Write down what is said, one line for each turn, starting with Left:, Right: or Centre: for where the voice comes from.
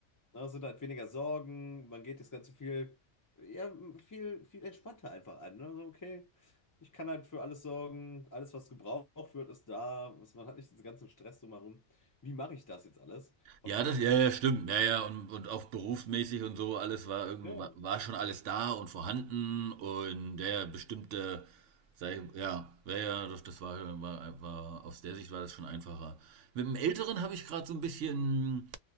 Left: na, es sind halt weniger Sorgen, man geht das Ganze viel, ja, viel, viel entspannter einfach an. Ne? So, okay, ich kann halt für alles sorgen, alles, was gebraucht wird, ist da. Was, man hat nicht diesen ganzen Stress drumherum. Wie mache ich das jetzt alles? Auf
Right: Ja,
Left: die gleiche
Right: das, ja,
Left: Weise.
Right: ja, stimmt. Ja, ja, und, und auch berufsmäßig und so, alles war irgendwie,
Left: Ja,
Right: war, war
Left: genau.
Right: schon alles da und vorhanden und ja, ja, bestimmte, sei, ja, ja, ja, das, das war, war, war, aus der Sicht war das schon einfacher. Mit dem Älteren habe ich gerade so ein bisschen,